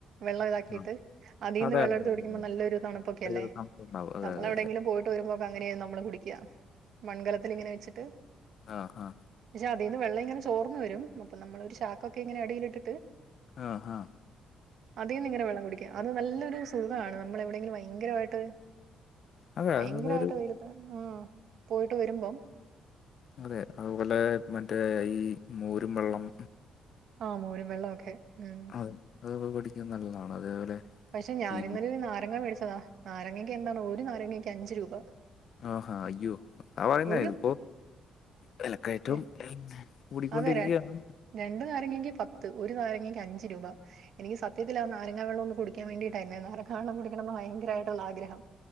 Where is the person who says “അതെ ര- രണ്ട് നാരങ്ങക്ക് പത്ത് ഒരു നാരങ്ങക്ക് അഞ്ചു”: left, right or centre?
Right